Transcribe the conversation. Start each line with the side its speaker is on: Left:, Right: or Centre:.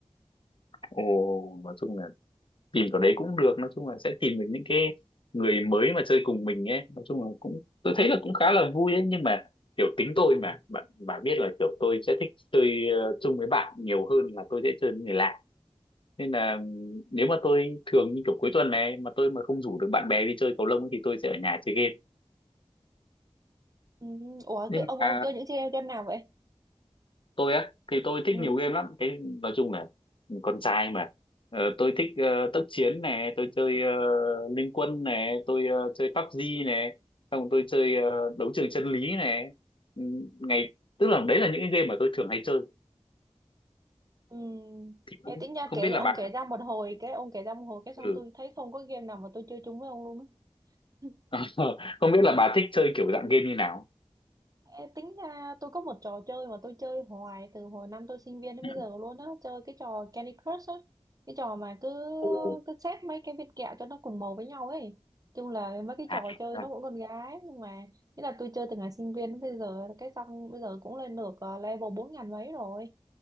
Left: ồ nói chung là tìm kiểu đấy cũng được nói chung là sẽ tìm được những cái người mới mà chơi cùng mình ấy nói chung là cũng tôi thấy là cũng khá là vui ấy nhưng mà kiểu tính tôi mà bạn bạn biết là kiểu tôi sẽ thích chơi ờ, chung với bạn nhiều hơn là tôi sẽ chơi với người lạ nên là ừm, nếu mà tôi thường như kiểu cuối tuần này mà tôi mà không rủ được bạn bè đi chơi cầu lông ấy thì tôi sẽ ở nhà chơi game
Right: ừ. ủa
Left: nhưng
Right: cái ông
Left: mà
Right: ông chơi những game game nào vậy
Left: tôi á thì tôi thích
Right: ừ.
Left: nhiều game lắm cái nói chung là con trai mà Ờ, tôi thích ờ, tốc chiến này tôi chơi ờ, Liên Quân này tôi ờ, chơi PUBG này xong rồi tôi chơi ờ, đấu trường chân lý này Ừ, ngày tức là đấy là những cái game mà tôi thường hay chơi
Right: Ừ.
Left: thì
Right: Ê,
Left: cũng
Right: tính ra
Left: không
Right: kể
Left: biết
Right: ông
Left: là bà
Right: kể
Left: thích
Right: ra một hồi cái ông kể ra một hồi cái xong
Left: ừ.
Right: tôi thấy không có game nào mà tôi chơi chung với ông luôn á <laughs>
Left: <laughs> không biết là bà thích chơi kiểu dạng game như nào
Right: Ê, tính ra tôi có một trò chơi mà tôi chơi hoài từ hồi năm tôi sinh viên đến
Left: ừ.
Right: bây giờ luôn á chơi cái trò Candy Crush á cái trò mà cứ
Left: ừ. Ồ,
Right: cứ xếp mấy cái viên kẹo cho nó cùng màu với nhau ấy chung là mấy cái
Left: à,
Right: trò chơi
Left: à,
Right: nó cũng con gái nhưng mà nghĩa là tôi chơi từ ngày sinh viên đến bây giờ cái xong bây giờ cũng lên được ờ, level bốn ngàn mấy rồi